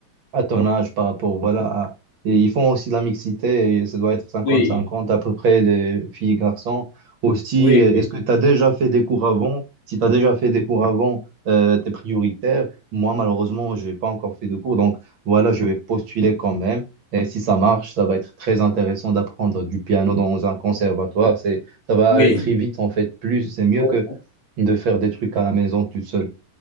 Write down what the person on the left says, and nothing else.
oui,
oui,
oui,
oui.